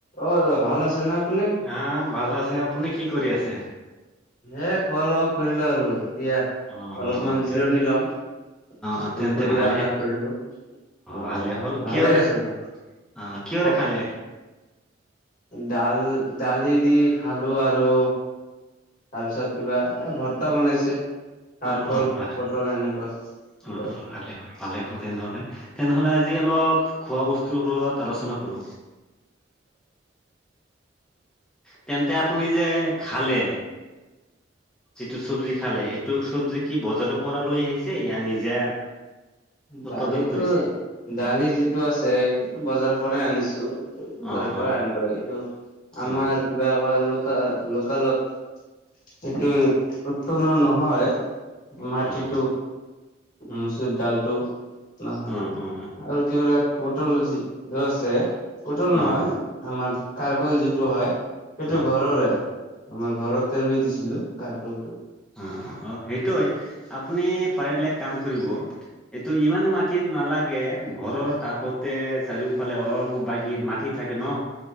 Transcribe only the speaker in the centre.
হা, ভাল আছে আপুনি কি কৰি আছে।
অ
তেন
অ তেন্তে ভালেই
ভালে
হ'ল কিহৰে
অ কিহৰে খালে
অ অ বাহ
অ অ ভালে ভালে হল তেনেহলে তেনেহলে আজি অলপ খোৱা বস্তুবোৰৰ ওপৰত আলোচনা কৰোঁ। তেন্তে আপুনি যে খালে। যিটো চব্জি খালে সেইটো চব্জি কি বজাৰৰ পৰা লৈ আহিছে ইয়া নিজা, উৎপাদন
কৰিছে
অ
অ
অ
অ
অ অ অ
অ
অ অ
অ অ সেইটোৱে আপুনি পাৰিলে এক কাম কৰিব। এইটো ইমান মাটিত নালাগে ঘৰৰ কাষতে চাৰিওফালে অল বাগী মাটিত। থাকে ন,